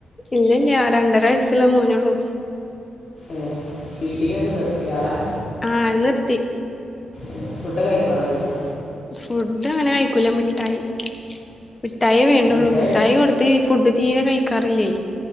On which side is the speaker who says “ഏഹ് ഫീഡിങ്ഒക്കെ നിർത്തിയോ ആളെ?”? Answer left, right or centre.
Left